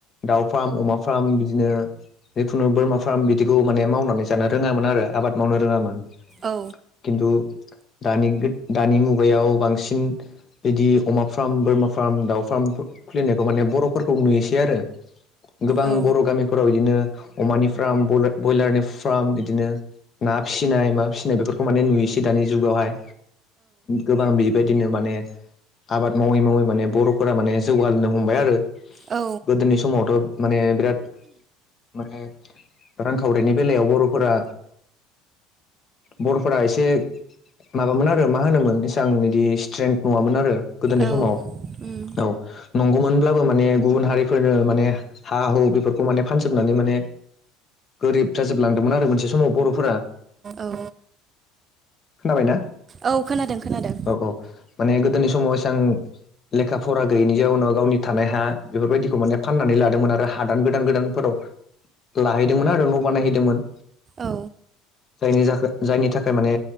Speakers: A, on the left; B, on the right.
A: दाउ फार्म अमा फार्म बिदिनो जिखुनु बोरमा फार्म बिदिखौ माने मावनानै जानो रोंङामोन आरो आबाद मावनो रोंङामोन
B: औ
A: खिन्थु दानि दानि मुगायाव बांसिन बिदि अमा फार्म बोरमा फार्म दाउ फार्म खुलिनायखौ माने बरफोरखौ नुयोसै आरो गोबां
B: औ
A: बरगामिफोराव बिदिनो अमानि फार्म ब्रयलारनि फार्म बिदिनो ना फिसिनाय माबा फिसिनाय बेफोरखौ माने नुयोसै दानि जुगावहाय गोबां बेबायदिनो माने आबाद मावै मावै माने बर'फोरा माने जौगालांनो हमबाय आरो
B: औ
A: गोदोनि समावथ माने बिराद माने रांखावरिनि बेलायाव बरफोरा बरफोरा एसे माबामोन आरो मा होनोमोन बेसबां बिदि स्ट्रेंथ नंङामोन आरो गोदोनि
B: औ
A: समाव
B: उम
A: औ नंगौमोनब्लाबो माने गुबुन हारिफोरनो माने हा हु बेफोरखौ माने फानजोबनानै माने गोरिब जाजोबलांदोंमोन आरो मोनसे समाव बरफोरा
B: औ
A: खोनाबायना
B: औ खोनादों खोनादों
A: औ औ माने गोदोनि समाव एसां लेखा फरा गैयिनि जाउनाव गावनि थानाय हा बेफोरबायदिखौ माने फाननानै लादोंमोन आरो हादान गोदान गोदानफोराव लाहैदोंमोन आरो न बानायहैदोंमोन
B: औ
A: जायनि थाखाय जायनि थाखाय माने